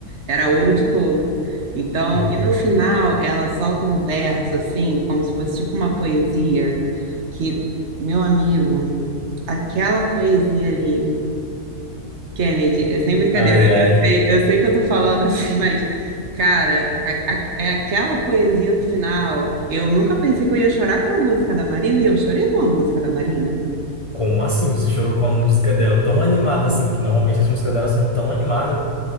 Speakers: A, on the right; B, on the left.
A: era ouro de tolo. Então,
B: hum.
A: e no final ela solta um verso assim, como se fosse tipo uma poesia, que, meu amigo, Aquela poesia ali, Kennedy, é sem brincadeira.
B: Ai, ai.
A: Eu sei, eu sei que eu tô falando assim, <laughs> mas, cara, a- a- é aquela poesia do final. Eu nunca pensei que eu ia chorar com a música da Marina e eu chorei com a música da Marina.
B: Como assim? Você chorou com a música dela tão animada assim, que normalmente as músicas dela são tão animadas.